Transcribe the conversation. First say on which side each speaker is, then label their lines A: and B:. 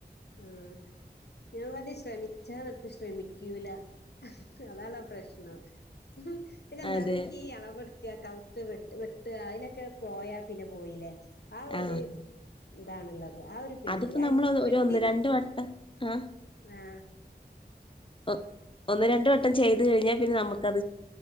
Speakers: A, on the left; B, on the left.
A: ആ ഞാൻ വല ശ്രമിച്ചാ നടക്കും ശ്രമിക്കൂല അതാണ് പ്രശ്നം പിന്നെ എന്താറിയോ
B: അതെ
A: ഇന്ക്ക് ഈ അളവെ കൗത്ത് വെട്ട് വെട്ടാ അയ്ലൊക്കെ പോയാ പിന്നെ പോയിലെ ആ ഒരു
B: ആഹ്
A: ഇതാണുള്ളത് ആ ഒരു പേടി
B: അതിപ്പോ
A: അ
B: നമ്മൾ
A: വെട്ടിത്ത
B: ഒരു ഒന്ന് രണ്ട് വട്ടം ആഹ്
A: ആ
B: ഒ ഒന്ന് രണ്ട് വട്ടം ചെയ്ത് കഴിഞ്ഞാ പിന്നെ നമുക്ക്